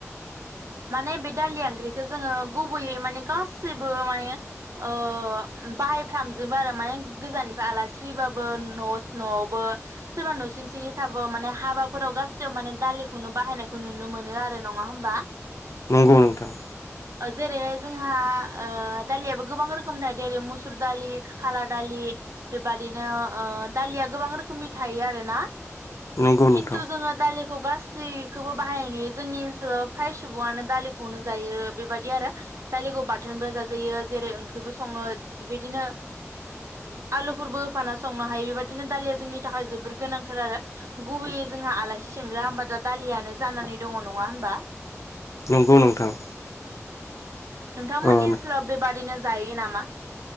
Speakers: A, on the right (about 70°); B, on the left (about 70°).
A: माने बे दालि ओंख्रिखौ जोङो गुबैयै माने गासैबो माने ओ बाहायफ्रामजोबो आरो माने गोजाननिफ्राय आलासि फैबाबो न' न'आवबो सोरबा न' सिं सिंनि थाबो माने हाबाफोराव गासैबो माने दालिखौनो बाहायनायखौ नुनो मोनो आरो नङा होमबा।
B: नंगौ नोंथां।
A: जेरैहाय जोंहा ओ दालियाबो गोबां रोखोमनि थायो ओरै मुसुर दालि खाला दालि बेबादिनो ओ दालिया गोबां रोखोमनि थायो आरो ना।
B: नंगौ नोंथां
A: खिन्थु जोङो <unintelligible> खौ गासैखौबो बाहायनाय नुयो जोंनि ओनसोलाव सुबुङानो दालिखौनो जायो बेबायदि आरो दालिखौ बाथोनबो जाजायो जेरै ओंख्रिबो सङो बिदिनो आलुफोरबो होफाना संनो हायो बेबायदिनो दालिया जोंनि थाखाय जोबोर गोनांथार आरो गुबैयै जोंहा आलासि सोंग्रा होनबा दालियानो जानानै दङ नङा होनबा?
B: नंगौ नोंथां।
A: नोंथांमोननि
B: औ
A: ओनसोलाव बेबायदिनो जायो नामा?